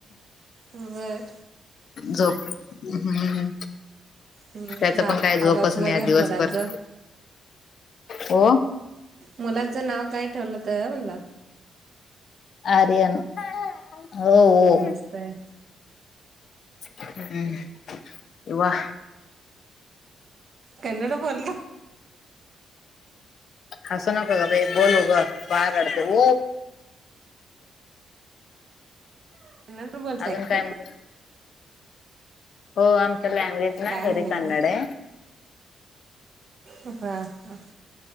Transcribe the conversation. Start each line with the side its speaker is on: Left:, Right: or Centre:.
Right: वर
Left: झ हम्म
Right: हम्म
Left: त्याच
Right: नाव
Left: पण काही झोपच
Right: ठेवलात
Left: नाही
Right: मग
Left: या दिवसभर
Right: मुलाचं
Left: हो.
Right: मुलाचं नाव काय ठेवलं तर म्हणला?
Left: आर्यन हो
Right: हम्म
Left: हो
Right: मस्त आहे
Left: हम्वा
Right: कन्नड बोल
Left: हसू नका ग बोलू ग बाळ रडत.
Right: कन्नड बोलताय
Left: अजून
Right: का
Left: काय
Right: तुम्ही?
Left: म्ह- हो आमच लँग्वेज ना
Right: काय नाही
Left: घरी
Right: निवांत
Left: कन्नड आहे.
Right: हा हा